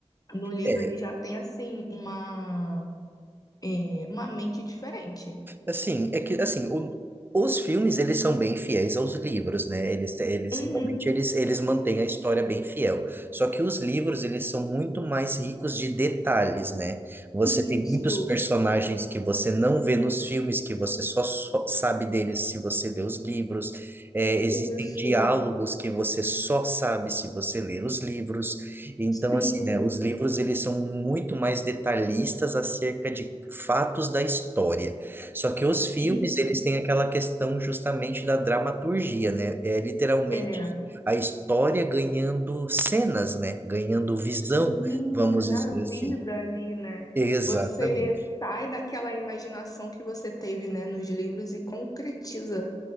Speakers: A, on the left; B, on the right.
A: No livro
B: É,
A: ele já tem, assim, uma, é, uma mente diferente.
B: Assim, é que assim, o- os filmes eles são bem fiéis aos livros, né? Eles, te- eles
A: Uhum,
B: realmente eles, eles mantêm a história bem fiel. Só que os livros eles são muito mais ricos de detalhes, né? Você
A: isso,
B: tem muitos personagens que você não vê nos filmes, que você só, só sabe deles se você lê os livros. É, existem
A: isso,
B: diálogos que você só sabe se você ler os livros. Então,
A: sim,
B: assim, né? Os livros eles são muito mais detalhistas acerca de fatos da história. Só que os filmes,
A: isso.
B: eles têm aquela questão justamente da dramaturgia, né? É literalmente
A: É,
B: a história ganhando cenas, né? Ganhando visão,
A: sim, engravida
B: vamos dizer assim.
A: ali, né?
B: Exatamente.
A: Você sai daquela imaginação que você teve, né, nos livros e concretiza